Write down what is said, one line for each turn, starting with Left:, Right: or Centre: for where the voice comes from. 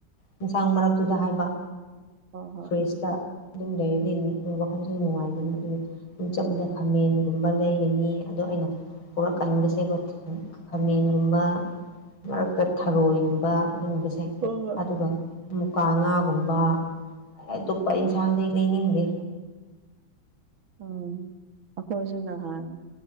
Left: ꯌꯦꯟꯁꯥꯡ ꯃꯔꯛꯇꯨꯗ ꯍꯥꯏꯕ
Right: ꯍꯣꯏ ꯍꯣꯏ
Left: ꯐ꯭ꯔꯦꯁꯇ ꯑꯗꯨꯝ ꯂꯩꯔꯗꯤ
Right: ꯎꯝ
Left: ꯋꯥꯈꯜꯁꯨ ꯅꯨꯡꯉꯥꯏꯗꯅ ꯑꯗꯨꯒ ꯁꯨꯝ
Right: ꯎꯝ
Left: ꯆꯠꯄꯗ ꯈꯥꯃꯦꯟꯒꯨꯝꯕ ꯂꯩꯒꯅꯤ ꯑꯗꯣ ꯑꯩꯅ ꯄꫭꯔꯛꯀꯟꯗ ꯁꯤꯕꯨꯛ ꯈꯥꯃꯦꯟꯒꯨꯝꯕ ꯃꯔꯛꯇ ꯊꯔꯣꯏꯒꯨꯝꯕ ꯑꯗꯨꯒꯨꯝꯕꯁꯦ
Right: ꯍꯣꯏ ꯍꯣꯏ
Left: ꯑꯗꯨꯒ ꯃꯨꯀꯥ ꯉꯥꯒꯨꯝꯕ ꯑꯇꯣꯞꯄ
Right: ꯎꯝ
Left: ꯌꯦꯟꯁꯥꯡꯗꯤ ꯂꯩꯅꯤꯡꯗꯦ
Right: ꯎꯝ ꯑꯩꯈꯣꯏꯁꯨ ꯅꯍꯥꯟ